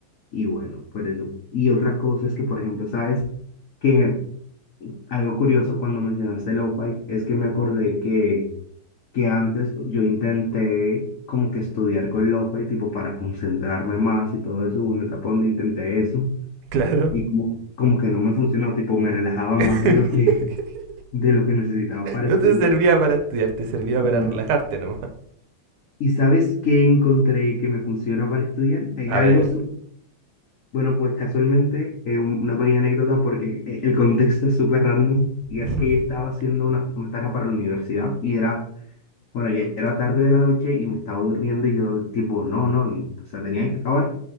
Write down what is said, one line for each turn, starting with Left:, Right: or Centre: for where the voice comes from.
Left: y bueno, por eso. Y otra cosa es que, por ejemplo, sabes que algo curioso cuando mencionaste lo-fi es que me acordé que. que antes yo intenté como que estudiar con Lofa y tipo para concentrarme más y todo eso, hubo una etapa donde intenté eso
Right: claro.
Left: y como, como que no me funcionó, tipo me relajaba
Right: <laughs>
Left: más de lo que, de lo que necesitaba para
Right: No
Left: estudiar.
Right: te servía para estudiar, te servía para
Left: No.
Right: relajarte nomás.
Left: ¿Y sabes qué encontré que me funciona para estudiar? Hay
Right: A
Left: algo,
Right: ver.
Left: su- bueno, pues casualmente, eh, un- una pequeña anécdota porque eh, el contexto es súper random y
Right: <laughs>
Left: es que yo estaba haciendo una, una tarea para la universidad y era Bueno, ya era tarde de la noche y me estaba durmiendo y yo tipo, no, no, o sea, tenían que acabar.